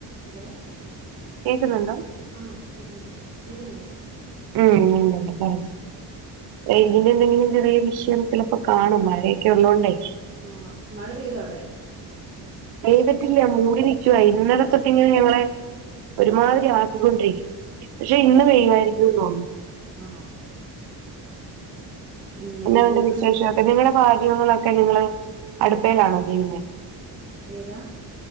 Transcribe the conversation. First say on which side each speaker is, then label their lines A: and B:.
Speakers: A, on the right (about 30°); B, on the right (about 65°).
A: Hello
B: കേക്കുന്നുണ്ടോ
A: ആഹ് കേക്ക്ന്ന്ണ്ട് കേക്ക്ന്നില്ലേ
B: <unintelligible> റെയ്ഞ്ചിന്റെ എന്തെങ്കിലും ചെറിയ വിഷയം ചെലപ്പോ കാണും മഴയൊക്കെ ഉള്ളോണ്ടേ
A: ആ മഴ പെയ്തോ അവിടെ
B: പെയ്തിട്ടില്ല മൂടി നിക്കുവ ഇന്നലെ തൊട്ടിങ്ങനെ
A: ആഹ്
B: ഞങ്ങളെ ഒരുമാതിരി ആക്കിക്കൊണ്ടിരി പക്ഷെ ഇന്ന് പെയ്യുവായിരിക്കും തോന്നുന്നു
A: ആണോ ഉം മറ്റേ
B: എന്നാ ഉണ്ട്
A: ഗൂഗിൾ
B: വിശേഷോക്കെ നിങ്ങടെ പാചകങ്ങളൊക്കെ നിങ്ങള് അടുപ്പേലാണോ ചെയ്യുന്നേ
A: ഏതാ